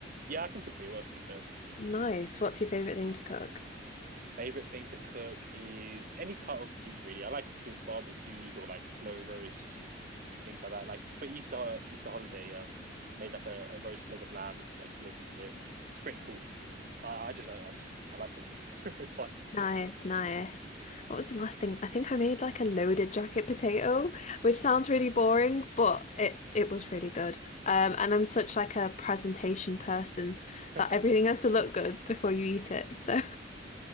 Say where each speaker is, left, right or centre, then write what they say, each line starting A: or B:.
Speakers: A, on the right; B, on the left.
A: Yeah, I can cook pretty well, to be fair.
B: Nice. What's your favorite thing to cook?
A: Favorite thing to cook is any cut of meat, really. I like doing barbecues or like slow roasts, things like that. Like for Easter Easter holiday, um, made like a, a roast leg of lamb, like slow cooked it. It's pretty cool. I, I just I just I like cooking. <laughs> it's fun.
B: Nice, nice. What was the last thing? I think I made like a loaded jacket potato, which sounds really boring, but it it was really good. Um, and I'm such like a presentation person
A: <laughs> no,
B: that everything has to look good before you eat it. So